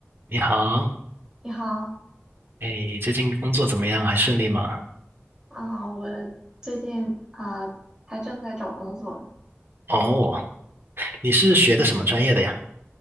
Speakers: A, on the right; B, on the right.
A: 你好，
B: 你好
A: 哎，最近工作怎么样？还顺利吗？
B: 啊，我最近啊还正在找工作
A: 哦，你是学的什么专业的呀？